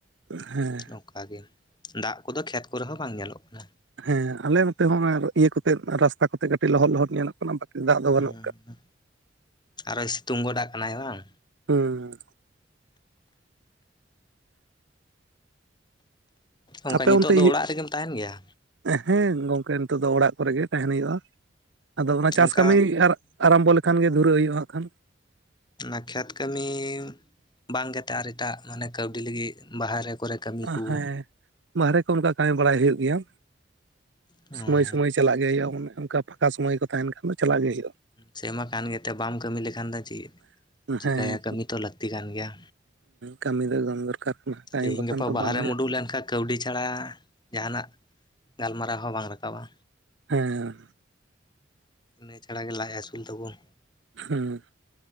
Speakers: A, on the right (about 70°); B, on the left (about 25°).
A: ᱦᱮᱸ᱾
B: ᱱᱚᱝᱠᱟ ᱜᱮ ᱫᱟᱜ ᱠᱚ ᱫᱚ ᱠᱷᱮᱛ ᱠᱚᱨᱮ ᱦᱚᱸ ᱵᱟᱝ ᱧᱮᱞᱚᱜ ᱠᱟᱱᱟ᱾
A: ᱦᱮᱸ ᱟᱞᱮ ᱱᱚᱛᱮ ᱦᱚᱸ ᱟᱨ ᱤᱭᱟᱹ ᱠᱚᱛᱮ ᱨᱟᱥᱛᱟᱹ ᱠᱚᱛᱮ ᱠᱟᱹᱴᱤᱡ ᱞᱚᱦᱚᱫ-ᱞᱚᱦᱚᱫ ᱧᱮᱞᱚᱜ ᱠᱟᱱᱟ᱾ ᱵᱟᱠᱤ ᱫᱟᱜ ᱫᱚ
B: ᱦᱩᱸ
A: ᱵᱟᱹᱱᱩᱜ ᱟᱠᱟᱫ
B: ᱟᱨᱚᱭ ᱥᱤᱛᱩᱝ ᱜᱚᱰᱟᱜ ᱠᱟᱱᱟᱭ ᱵᱟᱝ?
A: ᱦᱩᱸ᱾
B: ᱚᱱᱠᱟ
A: ᱟᱯᱮ
B: ᱱᱤᱛᱚᱜ
A: ᱚᱱᱛᱮ
B: ᱫᱚ ᱚᱲᱟᱜ ᱨᱮᱜᱮᱢ ᱛᱟᱦᱮᱱ ᱜᱮᱭᱟ?
A: ᱦᱮᱸ ᱜᱚᱢᱠᱮ ᱱᱤᱛᱚᱜ ᱫᱚ ᱚᱲᱟᱜ ᱠᱚᱨᱮ ᱜᱮ ᱛᱟᱦᱮᱱ ᱦᱩᱭᱩᱜᱼᱠᱟᱱᱟ, ᱟᱫᱚ ᱚᱱᱟ ᱪᱟᱥ
B: ᱚᱱᱠᱟ
A: ᱠᱟᱹᱢᱤ ᱟᱨ ᱟᱨᱟᱢᱵᱚ ᱞᱮᱠᱷᱟᱱ ᱜᱮ, ᱫᱷᱩᱨᱟᱹᱜ ᱦᱩᱭᱩᱜᱼᱟ, ᱠᱷᱟᱱ᱾
B: ᱚᱱᱟ ᱠᱷᱮᱛ ᱠᱟᱹᱢᱤ ᱵᱟᱝ ᱠᱟᱛᱮᱜ ᱟᱨ ᱮᱴᱟᱜ ᱢᱟᱱᱮ ᱠᱟᱹᱣᱰᱤ ᱞᱟᱹᱜᱤᱫ ᱵᱟᱹᱦᱨᱮ ᱠᱚᱨᱮ᱾ ᱠᱟᱹᱢᱤ
A: ᱟ
B: ᱠᱚ
A: ᱦᱮᱸ, ᱵᱟᱦᱨᱮ ᱠᱚ ᱚᱱᱠᱟ ᱠᱟᱹᱢᱤ ᱵᱟᱲᱟᱭ ᱦᱩᱭᱩᱜ ᱜᱮᱭᱟ,
B: ᱦᱮᱸ
A: ᱥᱚᱢᱚᱭ ᱥᱚᱢᱚᱭ᱾ ᱪᱟᱞᱟᱜ ᱜᱮ ᱦᱩᱭᱩᱜᱼᱟ, ᱚᱱᱮ ᱚᱱᱠᱟ ᱯᱷᱟᱠᱟ ᱥᱚᱢᱚᱭ ᱠᱚ ᱛᱟᱦᱮᱱ ᱠᱷᱟᱱ ᱫᱚ ᱪᱟᱞᱟᱜ ᱜᱮ ᱦᱩᱭᱩᱜᱼᱟ᱾
B: ᱥᱮᱢᱟ ᱠᱟᱱ ᱜᱮᱛᱮ ᱵᱟᱢ ᱠᱟᱹᱢᱤ ᱞᱮᱠᱷᱟᱱ ᱫᱚ ᱪᱤᱜ ᱪᱤᱠᱟᱭᱟ,
A: ᱦᱮᱸ
B: ᱠᱟᱹᱢᱤ ᱛᱚ ᱞᱟᱹᱠᱛᱤ ᱠᱟᱱ ᱜᱮᱭᱟ᱾
A: ᱠᱟᱹᱢᱤ ᱫᱚ ᱮᱠᱫᱚᱢ ᱫᱚᱨᱠᱟᱨ ᱠᱟᱱᱟ ᱠᱟᱹᱢᱤ
B: ᱛᱮᱦᱤᱧ
A: ᱵᱟᱠᱷᱟᱱ
B: ᱜᱟᱯᱟ
A: ᱫᱚ
B: ᱵᱟᱦᱟᱨᱮᱢ
A: ᱵᱟᱝ ᱦᱩᱭᱩᱜᱼᱟ
B: ᱩᱰᱩᱠ ᱞᱮᱱ ᱠᱷᱟᱠ ᱠᱟᱹᱣᱰᱤ ᱪᱷᱟᱲᱟ, ᱡᱟᱦᱟᱱᱟᱜ ᱜᱟᱞᱢᱟᱨᱟᱣ ᱦᱚᱸ ᱵᱟᱝ ᱨᱟᱠᱟᱵ-ᱟ᱾
A: ᱦᱮᱸᱻ
B: ᱱᱤᱭᱟᱹ ᱪᱷᱟᱲᱟ ᱜᱮ ᱞᱟᱡ ᱟᱹᱥᱩᱞ ᱛᱟᱵᱩᱱ᱾
A: ᱦᱩᱸᱻ